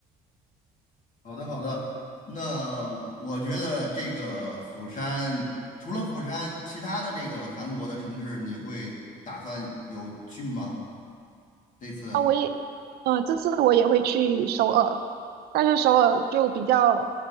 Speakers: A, on the left; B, on the right.
A: 好的，好的。那我觉得这个釜山，除了釜山，其他的这个韩国的城市，你会打算有去吗？这次？
B: 啊，我也，呃，这次我也会去首尔，但是首尔就比较，